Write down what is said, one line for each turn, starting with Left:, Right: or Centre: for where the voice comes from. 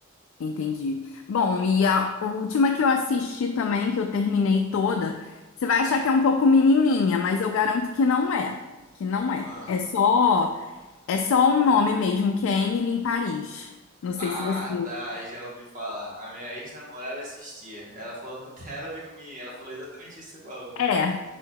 Left: Entendi. Bom, e a última que eu assisti também, que eu terminei toda, você vai achar que é um pouco menininha, mas eu garanto que não é. Que não é.
Right: Ah.
Left: É só, é só um nome mesmo, que é Emily em Paris. Não sei
Right: Ah,
Left: se você
Right: tá, eu já ouvi falar. A minha ex-namorada assistia. Ela falou que não tem nada a ver com mim. Ela falou exatamente isso que você falou.
Left: É.